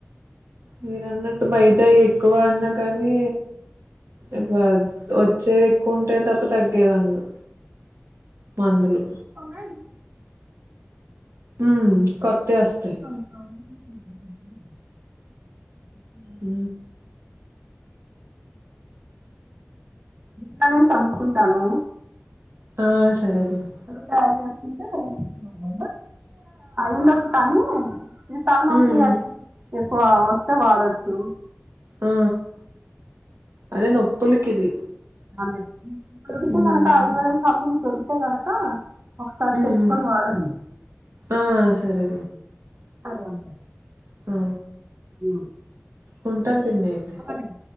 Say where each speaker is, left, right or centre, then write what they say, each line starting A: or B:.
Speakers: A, on the right; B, on the right.
A: మీరు అన్నట్టు బయట ఎక్కువ అన్నా కానీ ఇప్పు వచ్చేది ఎక్కువ ఉంటే తప్ప తగ్గేది ఉండదు మందులు
B: పోగా <unintelligible>
A: ఉమ్ కొత్తయి వస్తయ్
B: <inaudible>
A: ఊ
B: టనున్ చంపుకుంటాను
A: ఆ సరే అం <inaudible>
B: సార్ చెప్పింటే <inaudible> ఉండొచ్చు కానీ తలనొప్పి
A: హ్మ్
B: అది ఎక్కువ వస్తే వాడొచ్చు
A: ఆ అదే నొప్పులుకి ఇది
B: అదే దొరుకుతే
A: హ్మ్
B: మనకు ఆదివారం <inaudible> దొరుకుతే కనక ఒకసారి
A: హ్మ్
B: తెచ్చుకొని వాడండి
A: ఆ సరే
B: సరే అమ్మా
A: ఊ
B: ఊ
A: కొంటాను పిన్ని ఐతే
B: పనన్